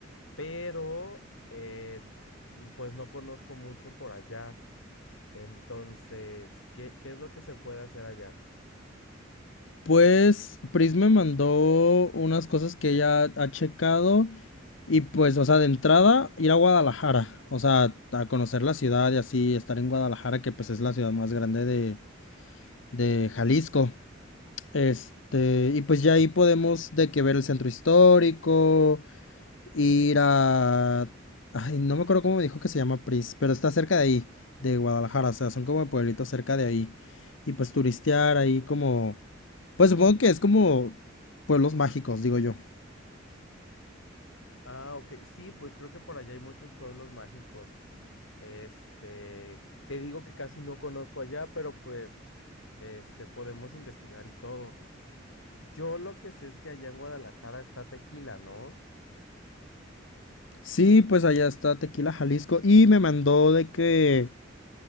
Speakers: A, on the left; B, on the left.
A: pero, eh, pues no conozco mucho por allá, entonces, ¿qué, qué es lo que se puede hacer allá?
B: Pues Pris me mandó unas cosas que ella ha checado y pues, o sea, de entrada ir a Guadalajara, o sea, a conocer la ciudad y así estar en Guadalajara, que pues es la ciudad más grande de, de Jalisco. Este, y pues ya ahí podemos de que ver el centro histórico, ir a... Ay, no me acuerdo cómo me dijo que se llama Pris, pero está cerca de ahí, de Guadalajara, o sea, son como pueblitos cerca de ahí. Y pues turistear ahí como pues supongo que es como pueblos mágicos, digo yo.
A: Ah, ok, sí, pues creo que por allá hay muchos pueblos mágicos, este, te digo que casi no conozco allá, pero pues, este, podemos investigar y todo. Yo lo que sé es que allá en Guadalajara está Tequila, ¿no?
B: Sí, pues allá está Tequila Jalisco y me mandó de que